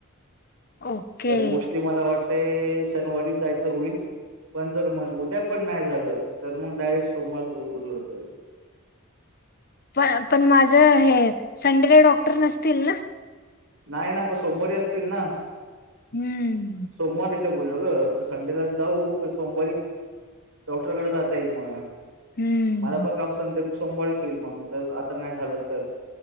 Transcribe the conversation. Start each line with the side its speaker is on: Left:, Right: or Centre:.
Left: ओके
Right: तर मोस्टली मला वाट ते अ शनिवारी जायचं होईल, पण जर म उद्या पण नाही झालं तर मग डायरेक्ट सोमवार उजडतेय.
Left: पण पण माझं हे संडेला डॉक्टर नसतील ना
Right: नाही ना पण सोमवारी असतील ना
Left: हम्म
Right: सोमवारी ते बोलग, संडेला जाऊ पण सोमवारी डॉक्टरकडे जाता येईल मग.
Left: हम्म
Right: माझा पण काम संडे सोमवारी होईल माणूस जाईल आता नाही झालं तर